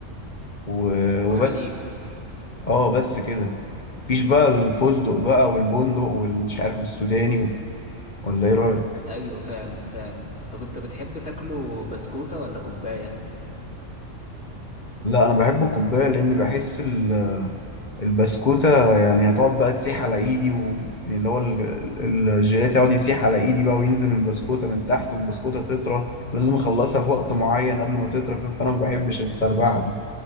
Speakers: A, on the left; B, on the left.
A: و-
B: وحليب
A: وبس اه بس كده مفيش بقى الفستق بقى والبندق والمش عارف السوداني و- ولا ايه رأيك
B: ايوه فعلا فعلا طب انت بتحب تاكله بسكوته ولا كوبايه
A: لا انا بحبه كوباية لان بحس ال- البسكوتة يعني هتقعد بقى تسيح على ايدي و... يعني اللي هو ال- ال- الجيلاتي يقعد يسيح على ايدي بقى وينزل من البسكوتة من تحت والبسكوتة تطرى ولازم اخلصها في وقت معين قبل ما تطرى فانا ما بحبش السربعة دي